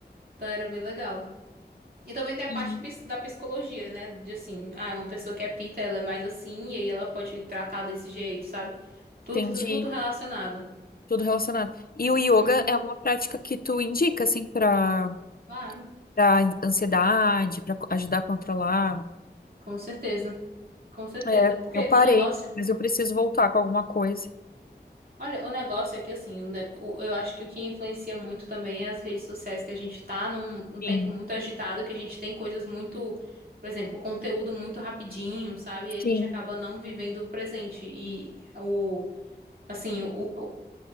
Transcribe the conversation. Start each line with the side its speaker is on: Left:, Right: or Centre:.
Right: Então, era bem legal. E também tem a
Left: Uhum.
Right: parte pis- da psicologia, né? De assim, ah, uma pessoa que é pita, ela é mais assim, e aí ela pode tratar desse jeito, sabe? Tudo,
Left: Entendi.
Right: tudo relacionado.
Left: Tudo relacionado. E o yoga
Right: Uhum,
Left: é uma prática que tu indica, assim, pra,
Right: claro,
Left: pra ansiedade, pra co- ajudar a controlar.
Right: com certeza. Com certeza,
Left: É,
Right: porque
Left: eu parei,
Right: o negócio,
Left: mas eu preciso voltar com alguma coisa.
Right: olha, o negócio é que assim, o ne- o- eu acho que o que influencia muito também é as redes sociais que a gente tá num, um tempo
Left: Sim,
Right: muito agitado, que a gente tem coisas muito, por exemplo, conteúdo muito rapidinho, sabe? E a
Left: sim.
Right: gente acaba não vivendo o presente. E o, assim, o, o,